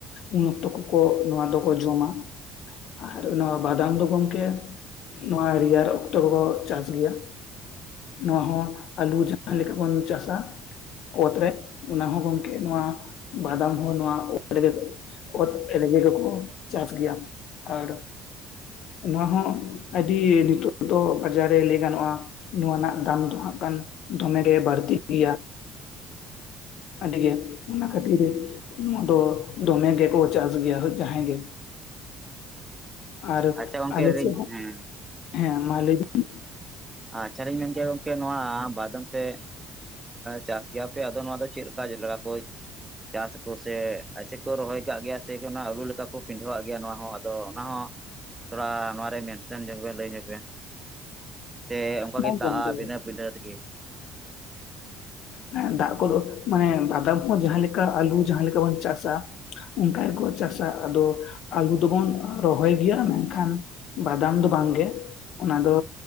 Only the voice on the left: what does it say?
ᱩᱱ ᱚᱠᱛᱚ ᱠᱚ ᱱᱚᱣᱟ ᱫᱚᱠᱚ ᱡᱚᱢᱟ ᱟᱨ ᱱᱚᱣᱟ ᱵᱟᱫᱟᱢ ᱜᱚᱝᱠᱮ ᱱᱚᱣᱟ ᱨᱮᱭᱟᱲ ᱚᱠᱛᱚ ᱠᱚᱠᱚ ᱪᱟᱥ ᱜᱮᱭᱟ ᱱᱚᱣᱟ ᱦᱚᱸ ᱟᱹᱞᱩ ᱡᱟᱦᱟᱸ ᱞᱮᱠᱟ ᱵᱚᱱ ᱪᱟᱥᱟ ᱚᱛ ᱨᱮ ᱚᱱᱟ ᱦᱚᱸ ᱜᱚᱝᱠᱮ ᱱᱚᱣᱟ ᱵᱟᱫᱟᱢ ᱦᱚᱸ ᱱᱚᱣᱟ ᱚᱛ ᱨᱮᱜᱮ ᱚᱛ ᱨᱮᱸᱜᱮ ᱠᱚᱠᱚ ᱪᱟᱥ ᱜᱮᱭᱟ ᱟᱨ ᱱᱚᱣᱟ ᱦᱚᱸ ᱟᱹᱰᱤ ᱱᱤᱛᱚᱜ ᱫᱚ ᱵᱟᱡᱟᱨ ᱨᱮ ᱞᱟᱹᱭ ᱜᱟᱱᱚᱜ-ᱟ ᱱᱚᱣᱟ ᱨᱮᱱᱟᱜ ᱫᱟᱢ ᱫᱚᱦᱟᱸᱜ ᱠᱷᱟᱱ ᱫᱚᱢᱮᱜᱮ ᱵᱟᱹᱲᱛᱤ ᱜᱮᱭᱟ ᱟᱹᱰᱤᱜᱮ ᱚᱱᱟ ᱠᱷᱟᱹᱛᱤᱨ ᱱᱚᱣᱟ ᱫᱚ ᱫᱚᱢᱮ ᱜᱮᱠᱚ ᱪᱟᱥ ᱜᱮᱭᱟ ᱡᱟᱦᱟᱸᱭ ᱜᱮ ᱟᱨ
ᱟᱞᱮ
ᱥᱮᱫ ᱦᱚᱸ
ᱦᱮᱸ ᱢᱟ ᱞᱟᱹᱭ ᱵᱤᱱ?
ᱵᱟᱝ
ᱜᱚᱢᱠᱮ
ᱦᱮᱸ ᱫᱟᱜ ᱠᱚᱫᱚ ᱢᱟᱱᱮ ᱵᱟᱫᱟᱢ ᱦᱚᱸ ᱡᱟᱦᱟᱸ ᱞᱮᱠᱟ ᱟᱞᱩ ᱡᱟᱦᱟᱸ ᱞᱮᱠᱟ ᱵᱚᱱ ᱪᱟᱥᱟ ᱚᱱᱠᱟ ᱜᱮᱠᱚ ᱪᱟᱥᱟ ᱟᱫᱚ ᱟᱹᱞᱩ ᱫᱚᱵᱚᱱ ᱨᱚᱦᱚᱭ ᱜᱮᱭᱟ ᱢᱮᱱᱠᱷᱟᱱ ᱵᱟᱫᱟᱢ ᱫᱚ ᱵᱟᱝᱜᱮ ᱚᱱᱟ ᱫᱚ